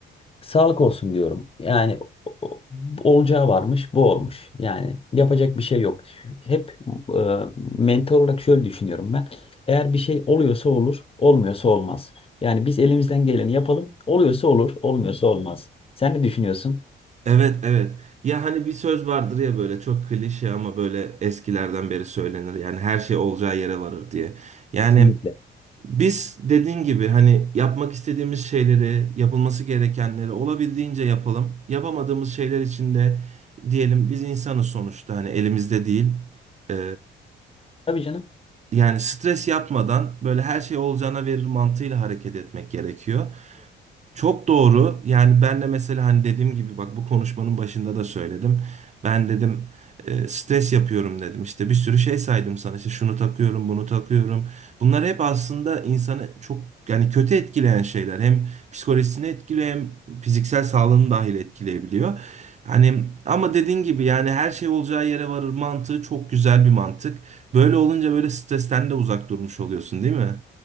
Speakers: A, on the left; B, on the right.
A: sağlık olsun diyorum. Yani o- o- olacağı varmış, bu olmuş. Yani yapacak bir şey yok. Hep e, mental olarak şöyle düşünüyorum ben. Eğer bir şey oluyorsa olur, olmuyorsa olmaz. Yani biz elimizden geleni yapalım. Oluyorsa olur, olmuyorsa olmaz. Sen ne düşünüyorsun?
B: Evet evet. Ya hani bir söz vardır ya böyle çok klişe ama böyle eskilerden beri söylenir. Yani her şey olacağı yere varır diye. Yani
A: Kesinlikle.
B: Biz dediğin gibi hani yapmak istediğimiz şeyleri, yapılması gerekenleri olabildiğince yapalım. Yapamadığımız şeyler için de diyelim biz insanız sonuçta hani elimizde değil. Ee,
A: Tabii canım.
B: yani stres yapmadan böyle her şey olacağına verir mantığıyla hareket etmek gerekiyor. Çok doğru. Yani ben de mesela hani dediğim gibi bak bu konuşmanın başında da söyledim. Ben dedim e, stres yapıyorum dedim. İşte bir sürü şey saydım sana. İşte şunu takıyorum, bunu takıyorum. Bunlar hep aslında insanı çok yani kötü etkileyen şeyler. Hem psikolojisini etkiliyor hem fiziksel sağlığını dahil etkileyebiliyor. Hani ama dediğin gibi yani her şey olacağı yere varır mantığı çok güzel bir mantık. Böyle olunca böyle stresten de uzak durmuş oluyorsun, değil mi?